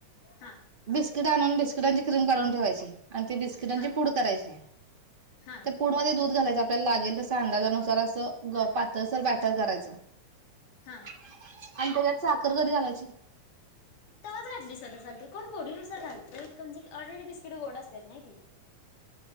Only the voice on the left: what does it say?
हा हा
हा
हा
हा
हा
तवच घातली स चालते कोण गोडी नुसार घालतय म्हणजे ऑलरेडी बिस्किट गोड असतात ना ते